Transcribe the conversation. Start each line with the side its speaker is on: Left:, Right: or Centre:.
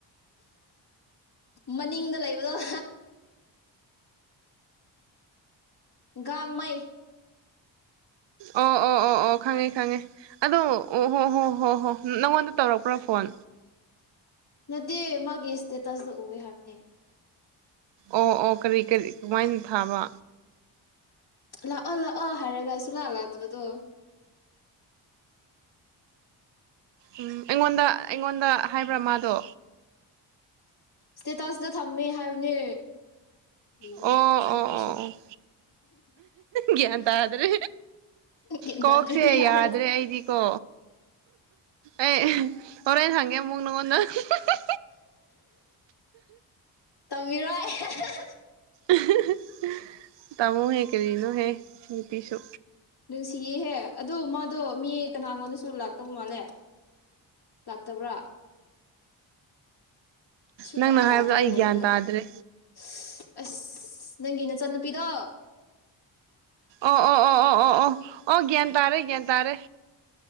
Left: ꯃꯅꯤꯡꯗ ꯂꯩꯕꯗꯣ ꯒꯥꯡꯃꯩ
Right: ꯑꯣ ꯑꯣ ꯑꯣ ꯑꯣ ꯈꯪꯉꯦ ꯈꯪꯉꯦ ꯑꯗꯣ ꯑꯣ ꯍꯣ ꯍꯣ ꯍꯣ ꯍꯣ ꯅꯪꯉꯣꯟꯗ ꯇꯧꯔꯛꯄ꯭ꯔꯥ ꯐꯣꯟ
Left: ꯅꯠꯗꯦ ꯃꯥꯒꯤ ꯁ꯭ꯇꯦꯇꯁꯗ ꯎꯋꯦ ꯍꯥꯏꯕꯅꯦ
Right: ꯑꯣ ꯑꯣ ꯀꯔꯤ ꯀꯔꯤ ꯀꯃꯥꯏꯅ ꯊꯥꯕ
Left: ꯂꯥꯛꯑꯣ ꯂꯥꯛꯑꯣ ꯍꯥꯏꯔꯒ ꯁꯨꯂꯥꯛꯑꯣ ꯂꯥꯛꯇꯕꯗꯣ
Right: ꯎꯝ ꯑꯩꯉꯣꯟꯗ ꯑꯩꯉꯣꯟꯗ ꯍꯥꯏꯕ꯭ꯔꯥ ꯃꯥꯗꯣ
Left: ꯁ꯭ꯇꯦꯇꯁꯇ ꯊꯝꯃꯦ ꯍꯥꯏꯕꯅꯦ ꯀꯔꯤꯅꯣ
Right: ꯑꯣ ꯑꯣ
Left: ꯁꯤ ꯅꯨꯄꯤꯁꯦ
Right: ꯑꯣ ꯒ꯭ꯌꯥꯟ ꯇꯥꯗ꯭ꯔꯦ
Left: ꯒ꯭ꯌꯥꯟꯇꯥꯗ꯭ꯔꯗꯤ
Right: ꯀꯣꯛꯁꯦ
Left: ꯌꯥꯔꯦ
Right: ꯌꯥꯗ꯭ꯔꯦ ꯑꯩꯗꯤꯀꯣ ꯑꯩ ꯍꯣꯔꯦꯟ ꯍꯪꯒꯦ ꯑꯃꯨꯛ ꯅꯉꯣꯟꯗ <inaudible>
Left: ꯕꯤꯔꯣꯏ ꯑꯍꯍꯍ
Right: ꯑꯍꯍꯍ ꯇꯥꯃꯣ ꯍꯦꯛ ꯀꯔꯤꯅꯣ ꯍꯦ ꯃꯤ ꯄꯤꯁꯨ
Left: ꯅꯨꯡꯁꯤꯌꯦꯍꯦ ꯑꯗꯣ ꯃꯥꯗꯣ ꯃꯤ ꯀꯅꯥꯒꯣꯟꯗꯁꯨ ꯂꯥꯛ ꯇꯃꯥꯂꯦ ꯂꯥꯛꯇꯕ꯭ꯔꯥ ꯁꯨꯡꯌꯥ
Right: ꯅꯪꯅ
Left: ꯌꯥꯗ꯭ꯔꯒ
Right: ꯍꯥꯏꯕꯗꯣ ꯑꯩ
Left: ꯂꯩꯕꯗꯣ
Right: ꯒ꯭ꯌꯥꯟ ꯇꯥꯗ꯭ꯔꯦ
Left: ꯏꯁꯁ ꯑꯁ ꯅꯪꯒꯤ ꯅꯆꯥꯟꯅꯨꯄꯤꯗꯣ
Right: ꯑꯣ ꯑꯣ ꯑꯣ ꯑꯣ ꯑꯣ ꯑꯣ ꯑꯣ ꯒꯌ꯭ꯥꯟ ꯇꯥꯔꯦ ꯒꯌ꯭ꯥꯟ ꯇꯥꯔꯦ